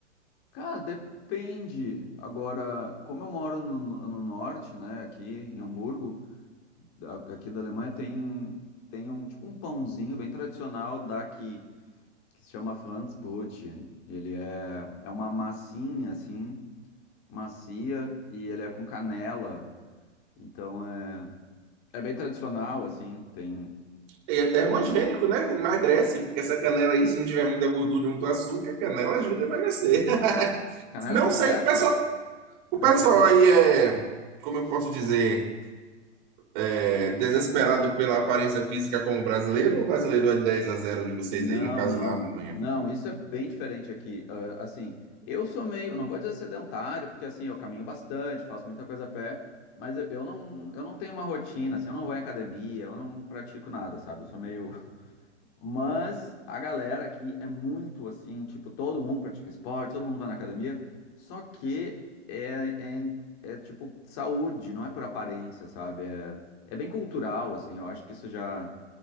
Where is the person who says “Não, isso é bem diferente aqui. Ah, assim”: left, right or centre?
Left